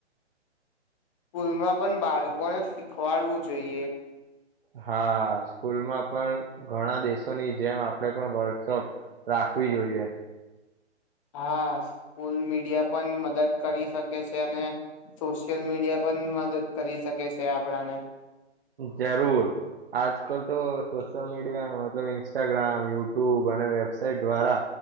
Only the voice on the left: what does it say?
સ્કૂલમાં પણ બાળકોને શીખવાડવું જોઈએ.
હા સ્કૂલ મીડિયા પણ મદદ કરી શકે છે અને સોશિયલ મીડિયા પણ મદદ કરી શકે છે આપડાને.